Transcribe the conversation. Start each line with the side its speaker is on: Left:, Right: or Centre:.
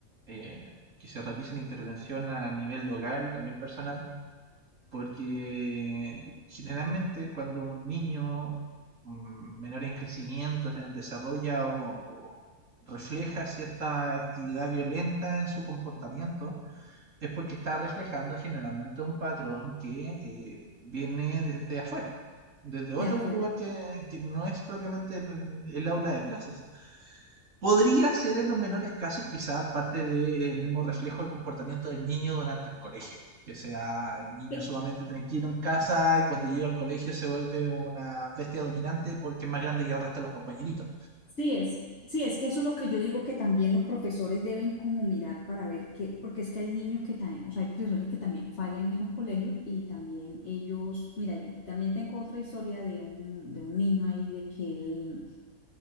Right: eh, que se realice una intervención a nivel de hogar y también personal, Porque generalmente cuando un niño mm, menor en crecimiento o sea, desarrolla o, o refleja cierta actividad violenta en su comportamiento, es porque está reflejando generalmente un patrón que eh, viene desde afuera, desde otro
Left: de afuera.
Right: lugar que, que no es propiamente el, el aula de clases. Podría ser en los menores casos quizá parte del mismo reflejo del comportamiento del niño durante el colegio, que sea el niño
Left: Que-
Right: sumamente tranquilo en casa y cuando llega al colegio se vuelve una bestia dominante porque es más grande que el resto de los compañeritos.
Left: Sí es, sí es que eso es lo que yo digo que también los profesores deben como mirar para ver qué, porque es que hay niños que también, o sea, hay profesores que también fallan en los colegios y también ellos, mira, yo también tengo otra historia de un, de un niño ahí de que él,